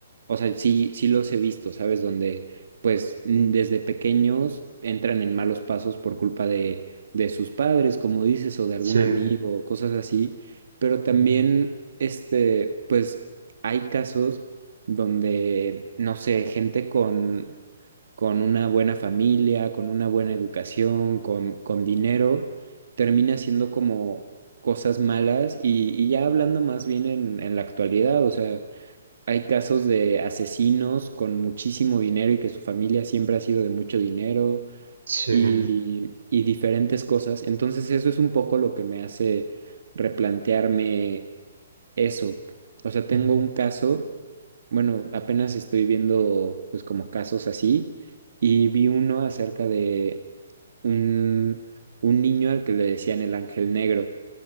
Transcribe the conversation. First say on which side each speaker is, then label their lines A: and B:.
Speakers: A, on the right; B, on the right.
A: o sea, sí, sí los he visto, ¿sabes? Donde pues mm, desde pequeños entran en malos pasos por culpa de, de sus padres, como dices, o de algún
B: Sí,
A: amigo, o cosas así. Pero también,
B: ujú,
A: este, pues hay casos donde, no sé, gente con con una buena familia, con una buena educación, con, con dinero, termina siendo como cosas malas y, y ya hablando más bien en, en la actualidad, o sea, hay casos de asesinos con muchísimo dinero y que su familia siempre ha sido de mucho dinero
B: sí,
A: y, y diferentes cosas. Entonces eso es un poco lo que me hace replantearme eso. O sea, tengo
B: ujú,
A: un caso. Bueno, apenas estoy viendo pues como casos así y vi uno acerca de un, un niño al que le decían el ángel negro,